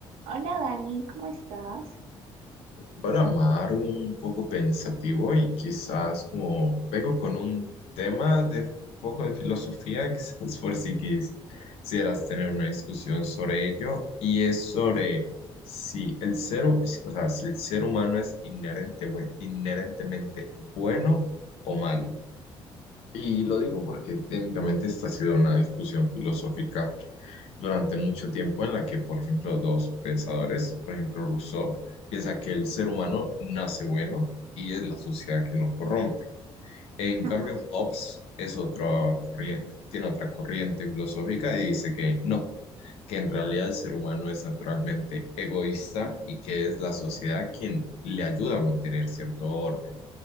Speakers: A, on the right (about 85°); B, on the left (about 85°).
A: Hola Dani, ¿cómo estás?
B: Bueno, Amaro, un poco pensativo y quizás como vengo con un tema de poco de filosofía, <laughs> quizás por si quis- quisieras tener una discusión sobre ello, y es sobre si el ser, hu- o sea, si el ser humano es inherente, bue- inherentemente bueno o malo. Y lo digo porque técnicamente esta ha sido una discusión filosófica durante mucho tiempo en la que, por ejemplo, dos pensadores, por ejemplo, Rousseau, piensa que el ser humano nace bueno y es la sociedad que lo corrompe. En
A: Ajá,
B: cambio, Hobbes es otra corriente, tiene otra corriente filosófica y dice que no, que en realidad el ser humano es naturalmente egoísta
A: mm,
B: y que es la sociedad quien le ayuda a mantener cierto orden.